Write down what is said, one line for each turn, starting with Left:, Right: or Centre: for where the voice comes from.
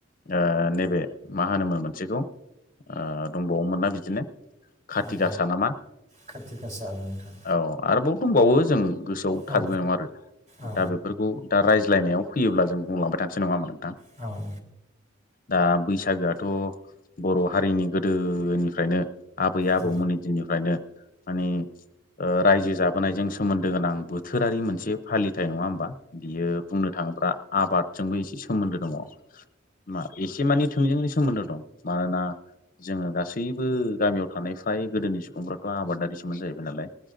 Left: ओ नैबे मा होनोमोन मोनसेखौ ओ दंबावोमोन ना बिदिनो खाथि
Right: ओ
Left: गासा नामा
Right: खाथि गासा औ नोंथां।
Left: औ आरोबाव दंबावो जों गोसोआव थाजोबनाय
Right: औ
Left: नङा आरो
Right: औ
Left: दा बेफोरखौ दा रायज्लायनायाव फैयोब्ला जों बुंलांबाय थानोसै नङा होमबा नोंथां।
Right: औ
Left: दा बैसागोआथ' बर' हारिनि गोदोनिफ्रायनो आबै आबौमोननि
Right: औ नोंथां औ
Left: दिननिफ्रायनो माने रायजो जाबोनायजों सोमोन्दो गोनां बोथोरारि मोनसे फालिथाय नङा होमबा। बियो बुंनो थाङोब्ला आबादजोंबो एसे सोमोन्दो दङ। मा एसे मानि थोंजों सोमोन्दो दं मानोना जोङो गासैबो गामियाव थानाय फ्राय गोदोनि सुबुंफ्राथ' आबादारिसोमोन जाहैबाय नालाय।